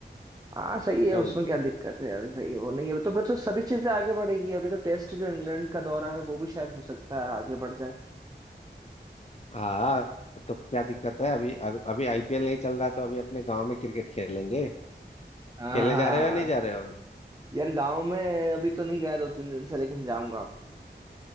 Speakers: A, on the right (about 20°); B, on the left (about 35°).
A: हाँ सही है
B: क्या
A: उसमें
B: बोलते
A: क्या
B: हो
A: दिक्कत है अभी सही है वो नहीं है अभी तो बच्चों सभी चीजें आगे बढ़ेगी अभी तो टेस्ट जो इंग्लैंड का दौरा है वो भी शायद हो सकता है आगे बढ़ जाए
B: हाँ तो क्या दिक्कत है अभी अग- अभी आईपीएल नहीं चल रहा तो अभी अपने गांव में क्रिकेट खेलेंगे
A: हाँ
B: खेलने जा रहे हो या नहीं जा रहे हो अभी
A: यार गांव में अभी तो नहीं गया दो तीन दिन से लेकिन जाऊंगा